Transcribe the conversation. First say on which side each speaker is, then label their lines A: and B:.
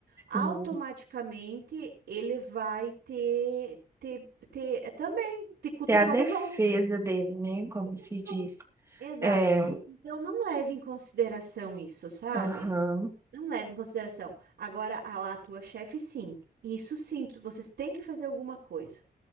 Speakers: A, on the right (about 85°); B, on the right (about 15°).
A: Automaticamente
B: sim.
A: ele vai te, te, te- também te cutucar
B: Tem a defesa
A: de volta.
B: dele, né? Como se
A: Isso,
B: diz.
A: exato.
B: É,
A: Então não leve em consideração isso, sabe?
B: aham.
A: Não leve em consideração. Agora, a lá, a tua chefe, sim. Isso sim, tu- vocês têm que fazer alguma coisa.